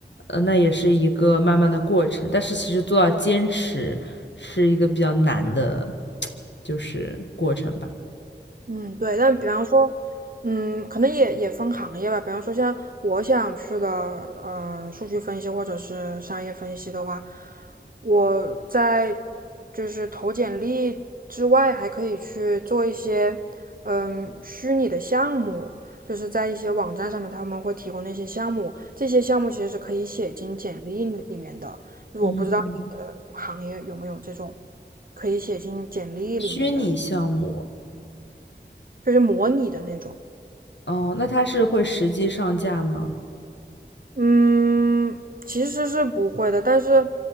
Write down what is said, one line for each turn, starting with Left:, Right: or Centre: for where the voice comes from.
Left: 呃，那也是一个慢慢的过程。但是其实做到坚持是一个比较难的，就是过程吧。
Right: 嗯，对，但比方说，嗯，可能也也分行业吧。比方说，像我想去的，呃，数据分析或者是商业分析的话，我在就是投简历之外，还可以去做一些，嗯，虚拟的项目，就是在一些网站上面他们会提供那些项目，这些项目其实是可以写进简历里面的。就是我不知道
Left: 嗯，
Right: 行业有没有这种可以写进简历里面的，
Left: 虚拟项目。
Right: 就是模拟的那种。
Left: 哦，那他是会实际上架吗？
Right: 嗯，其实是不会的，但是